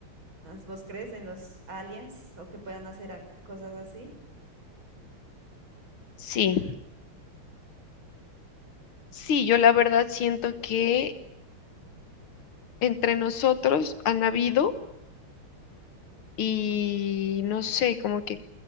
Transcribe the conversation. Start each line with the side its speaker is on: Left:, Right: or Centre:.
Right: ¿Vos crees en los aliens o que puedan hacer a- cosas así?
Left: Sí, sí, yo la verdad siento que entre nosotros han habido y no sé, como que